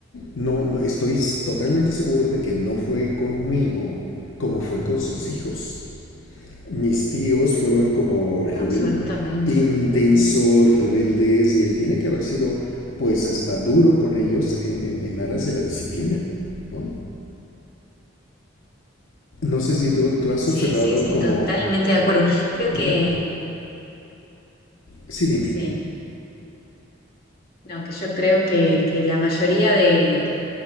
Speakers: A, on the left; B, on the left.
A: No, no, estoy totalmente seguro de que no fue conmigo como fue con sus hijos. Mis tíos fueron como rebel,
B: Absolutamente.
A: intensos,
B: Ujú,
A: rebeldes, y él tiene que haber sido pues hasta duro con ellos en, en- en aras de la disciplina, ¿no?
B: ujú.
A: No sé si tú, tú has
B: Sí,
A: observado
B: sí, sí,
A: como...
B: totalmente de acuerdo. Creo que
A: Ujú. Sí, dime.
B: sí. No, que yo creo que, que la mayoría de,